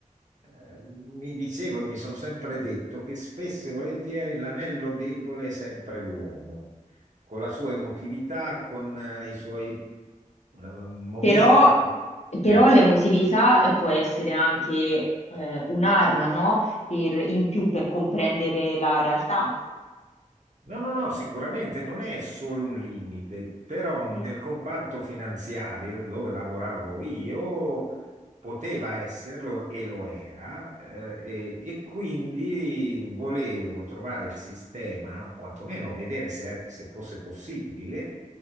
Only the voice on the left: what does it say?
però, però
l'emotività eh, può essere anche eh, un'arma, no? Per, in più per comprendere la realtà.
Mm.